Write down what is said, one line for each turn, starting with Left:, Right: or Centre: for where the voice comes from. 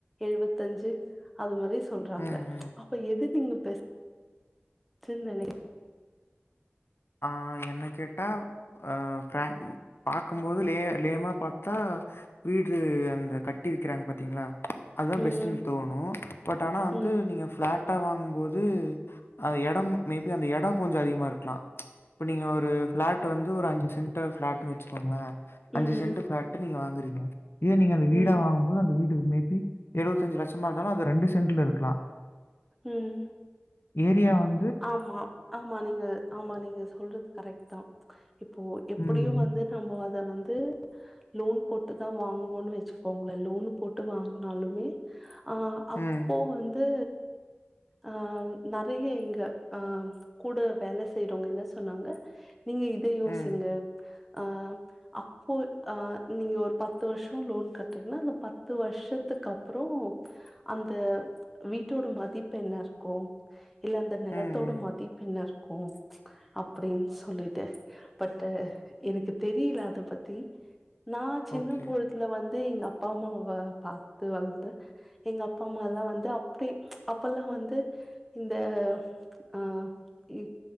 Centre: எழுபத்தஞ்சு அது மாரி சொல்றாங்க
Left: ம், ம்.
Centre: அப்ப எது நீங்க பெஸ் சின்னனை
Left: ஆஹ் என்ன கே அ ஆ பேட் பாக்குபோது லே லேமா பாத்தா வீடு அந்தக் கட்டி வீக்கிறாங்க பாத்தீங்களா அதுதா
Centre: ம்
Left: பெஸ்ட் தோணு பட் ஆனா வந்து
Centre: ம்
Left: நீங்க பளாட் பட்டா வாங்கும்போது அந்த எடம் மேபி அந்த எடம் கொஞ்சோ அதிகமா இருக்கலா இப்ப நீங்க ஒரு பிளாட் வந்து ஒரு அஞ்சு சென்டர் பிளாட்ன்னு வச்சு போங்ளே அஞ்சு
Centre: ம்
Left: சென்ட் ப்ளேட் நீங்க வாங்கு <unintelligible> இதே நீங்க அந்த வீடா
Centre: ம்
Left: வாங்கும் போது அந்த வீடு மேபி எழுவத்திஞ்சு லட்சமா இருந்தாலு அது ரெண்டு சென்ட்ல இருக்குலா
Centre: உம்
Left: ஏரியா வந்
Centre: ஆமா ஆமா நீங்க ஆமா நீங் நீங்க சொல்றது கரெக்ட் தா இப்போ எப்டியு
Left: ம்.
Centre: வந்து நம்மோ அ அத வந்து லோன் போட்டுதா வாங்கணுன் வச்சுக்கோங்களேன் லோன் போட்டு வாங்கினாலுமே ஆ
Left: ம்,
Centre: அப்போ வந்து ஆஹ் நெறைய இங்க ஆஹ் கூட வேல செய்றவங்க என்ன சொன்னாங்க நீங்க இத யோசிங்க
Left: ம்,
Centre: அஹ் அப்போ அஹ் நீங்க ஒரு பத்து வருஷம் லோன் கட்றீங்ன்னா அந்த பத்து வருஷத்துக்கு அப்புறம் அந்த வீட்டோட மதிப்பு என்ன இருக்கு இல்ல அந்த நெல
Left: ம், ம்.
Centre: த்தோடு மதி பின்னர் <unintelligible> அப்டின் சொல்லிட்டு பட் எனக்கு தெரியிலா அத பத்தி நா சின்ன
Left: ஓகே.
Centre: பொழுத்துல வந் எங்க அப்பா அம்மாவ பாத்து வளந்து எங்க அப்பா அம்மால்லா வந்து அப்டி அப்பல்லா வந்து இந்த ஆ இ